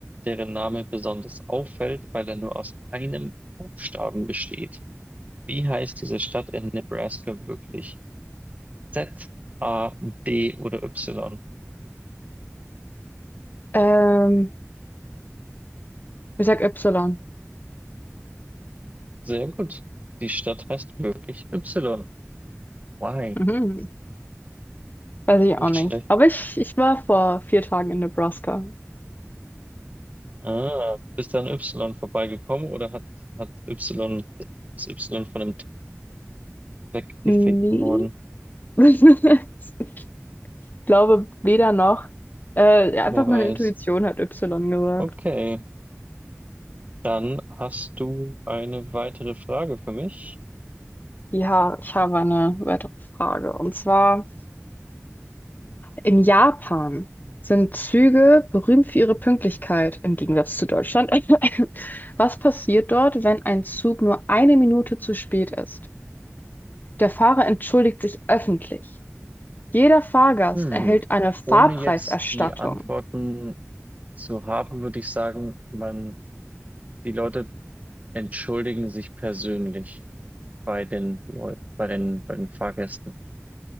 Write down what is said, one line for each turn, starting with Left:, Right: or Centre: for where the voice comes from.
Right: deren Name besonders auffällt, weil er nur aus einem Buchstaben besteht. Wie heißt diese Stadt in Nebraska wirklich? Z, A, D oder Y?
Left: Ähm, ich sag Y.
Right: Sehr gut. Die Stadt heißt wirklich Y. Why?
Left: Mhm. Weiß ich
Right: Nicht
Left: auch nicht.
Right: schlecht.
Left: Aber ich, ich war vor vier Tagen in Nebraska.
Right: Ah, bist du an Y vorbeigekommen oder hat, hat Y, ist Y von dem T weggefegt
Left: Nee.
Right: worden?
Left: <laughs> Ich glaube weder noch. Äh, ja,
Right: Wer
Left: einfach meine
Right: weiß.
Left: Intuition hat Y gesagt.
Right: Okay, dann hast du eine weitere Frage für mich.
Left: Ja, ich habe eine weitere Frage. Und zwar, in Japan sind Züge berühmt für ihre Pünktlichkeit, im Gegensatz zu Deutschland. <laughs> Was passiert dort, wenn ein Zug nur eine Minute zu spät ist? Der Fahrer entschuldigt sich öffentlich. Jeder Fahrgast
Right: Hm.
Left: erhält eine Fahrpreiserstattung.
Right: Ohne jetzt die Antworten zu haben, würde ich sagen, man, die Leute entschuldigen sich persönlich bei den Leuten, bei den, bei den Fahrgästen.